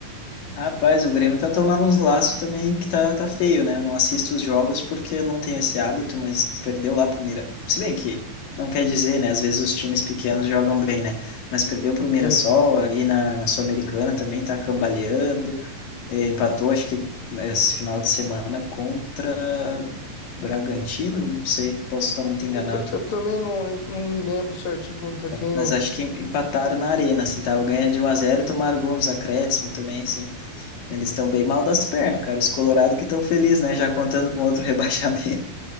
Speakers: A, on the left; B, on the left.
A: Rapaz, o Grêmio tá tomando uns laços também que tá, tá feio, né? Eu não assisto os jogos porque eu não tenho esse hábito, mas perdeu lá pro Mira. Se bem que não quer dizer, né? Às vezes os times pequenos jogam bem, né? Mas perdeu pro Mirassol,
B: Sim.
A: aí na, na Sul-Americana também tá cambaleando. Eh, Empatou, acho que né, esse final de semana contra Bragantino, não sei, posso estar muito enganado.
B: Eu, ta- eu também não, eu não me lembro certinho contra quem
A: Mas
B: eu.
A: acho que empataram na arena, assim, tá? Ganha de um a zero e tomaram gol nos acréscimos também, assim. Eles estão bem mal das pernas, cara. Os Colorado que estão felizes, né? Já contando com outro <laughs> rebaixamento.